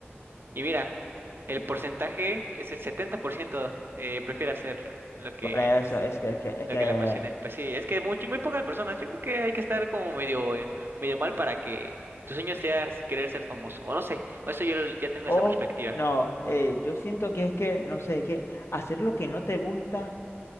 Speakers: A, on the right; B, on the left.
A: Y mira, el porcentaje es el 70% eh, prefiere hacerlo, lo que,
B: Por eso,
A: pues,
B: es que, es que, es
A: Lo
B: que,
A: que la pasión es, pues sí, es que muy, muy pocas personas, yo creo que hay que estar como medio, eh, medio mal para que tu sueño sea querer ser famoso, o no sé, o eso yo ya tengo
B: o
A: esa perspectiva.
B: no, eh, yo siento que es que, no sé, es que hacer lo que no te gusta.